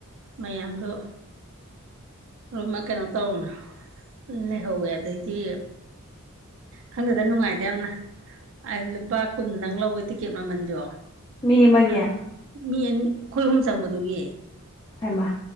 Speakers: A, on the right; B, on the left.
A: ꯃꯌꯥꯝꯗꯣ ꯑꯗꯨꯃ ꯀꯩꯅꯣ ꯇꯧꯔꯨꯅ ꯂꯩꯍꯧꯋꯦ
B: ꯎꯝ
A: ꯑꯗꯩꯗꯤ ꯈꯪꯗꯗ ꯅꯨꯡꯉꯥꯏꯗ ꯌꯥꯝꯅ ꯂꯨꯄꯥ ꯀꯨꯟꯗꯪ ꯂꯧꯋꯦ ꯇꯤꯛꯀꯦꯠ ꯃꯃꯜꯁꯨ
B: ꯃꯤ ꯑꯃꯒꯤ
A: ꯑ ꯃꯤꯅꯤ ꯈꯣꯏ ꯑꯍꯨꯝ ꯆꯪꯕꯗꯨꯒꯤ
B: ꯍꯥꯏꯃ